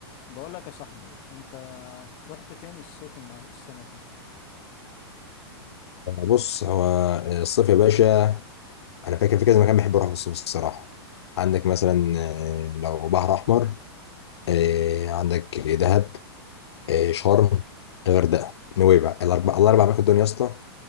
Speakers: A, on the left (about 45°); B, on the left (about 80°).
A: بقول لك يا صاحبي انت رحت فين الصيف النا- السنة دي
B: بص هو الصيف يا باشا انا فاكر في كذا مكان بحب اروح في الصيف الصراحه عندك مثلا آه، لو بحر احمر آه، عندك دهب آه، شرم الغردقه نويبع الاربع الاربع اماكن دول يا اسطى